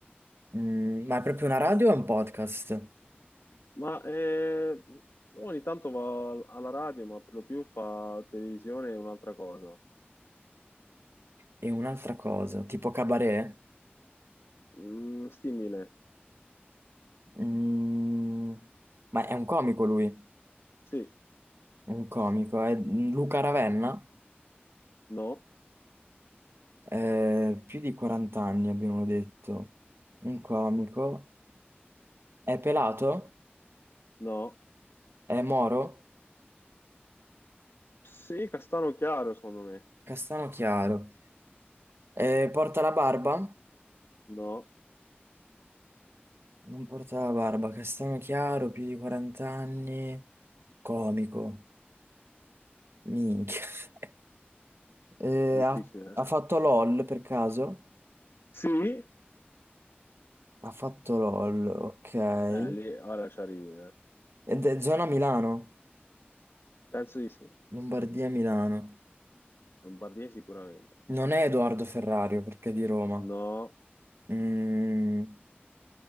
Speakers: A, on the right; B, on the left.
A: Mm, ma è proprio una radio o è un podcast?
B: ma eh, ogni tanto va al- alla radio, ma per lo più fa televisione e un'altra cosa.
A: E un'altra cosa, tipo cabaret?
B: Mm, simile.
A: Mm, ma è un comico lui,
B: Sì,
A: è un comico, è Luca Ravenna?
B: no,
A: Eh, più di 40 anni abbiamo detto. Un comico. È pelato,
B: no.
A: è moro,
B: Sì, Castano Chiaro, secondo me.
A: castano chiaro. Eh, porta la barba?
B: No,
A: Non porta la barba, castano chiaro, più di 40 anni, comico, minchia. <laughs> Eh,
B: difficile.
A: ha,
B: eh.
A: ha fatto LOL per caso?
B: Sì,
A: Ha fatto LOL, ok.
B: eh, lì ora ci arrivi. eh.
A: Ed è zona Milano,
B: Penso di sì.
A: Lombardia Milano.
B: Lombardia sicuramente.
A: Non è Edoardo Ferrario perché è di Roma.
B: No.
A: Mm,